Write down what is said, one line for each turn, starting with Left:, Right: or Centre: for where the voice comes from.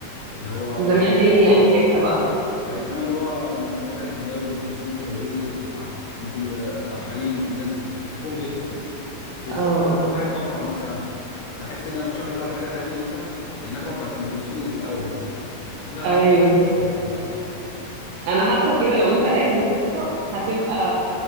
Left: اللي هو
Right: زمان
Left: مثلا
Right: دي اللي هي انهي حته بقى
Left: آه، زمان اللي هو م- ميادة الحناوي ام كلثوم فيروز ع- ام كل آه، عبد
Right: مم.
Left: الحليم الناس دي بحبهم جدا بالذات
Right: اه اه
Left: وانا قاعد بقرا مثلا بحس ان انا بشغل بقى الحاجه الهاديه مثلا النغمه بتاعت ام كلثوم اللي في الاول دي دي بقى
Right: ايوه
Left: رب بجد فاهم
Right: انا حاسه كده لو انت قاعد بتقرا هتبقى